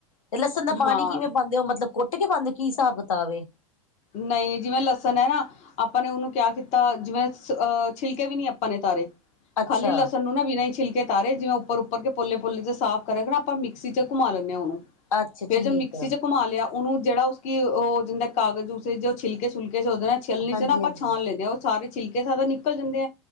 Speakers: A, on the left; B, on the left.
A: ਤੇ ਲਸਨ ਦਾ ਪਾਨੀ
B: ਹਾਂ
A: ਕਿਵੇਂ ਪਾਦੇ ਹੋ ਮਤਲਬ ਕੁੱਟ ਕੇ ਪਾਦੇ ਹੋ ਕੀ ਹਿਸਾਬ-ਕਿਤਾਬ ਐ।
B: ਨਈ ਜਿਵੇਂ ਲਸਨ ਐ ਨਾ। ਆਪਾਂ ਨੇ ਓਨੂੰ ਕੈਅ ਕੀਤਾ ਜਿਵੇਂ ਅਹ ਛਿਲਕੇ ਵੀ ਨੀ ਆਪਾਂ ਨੇ ਓਤਾਰੇ
A: ਅੱਛਾ,
B: ਖਾਲੀ ਲਸਨ ਨੂੰ ਨਾ ਬਿਨਾ ਈ ਛਿਲਕੇ ਛਿਲਕੇ ਤਾਰੇ ਜਿਵੇਂ ਓਪਰ-ਓਪਰ ਕੇ ਪੋਲੇ-ਪੋਲੇ ਚ ਸਾਫ਼ ਕਰੇ ਕੇ ਨਾ ਆਪਾਂ ਮਿਕਸੀ ਚ ਘੁੰਮਾ ਲੈਂਨੇ ਆਂ, ਓਨੂੰ
A: ਅੱਛਾ
B: ਫੇਰ
A: ਠੀਕ
B: ਜਬ ਮਿਕਸੀ
A: ਆ,
B: ਚ ਘੁਮਾ ਲਿਆ ਓਨੂੰ ਜੇੜਾ ਓਸ ਕੀ ਓ ਜਿੰਦਾ ਕਾਗਜ਼ ਓਸੇ ਜੋ ਛਿਲਕੇ-ਛੁਲਕੇ ਸੋਚਦਾ ਨਾ। ਛਲਣੀ
A: ਹਾਂਜੀ-ਹਾਂਜੀ,
B: ਚ ਨਾ ਆਪਾਂ ਛਾਣ ਲੈਂਦੇ ਹਾਂ ਓ ਸਾਰੇ ਛਿਲਕੇ ਸਦਾ ਨਿਕਲ ਜਾਂਦੇ ਆ,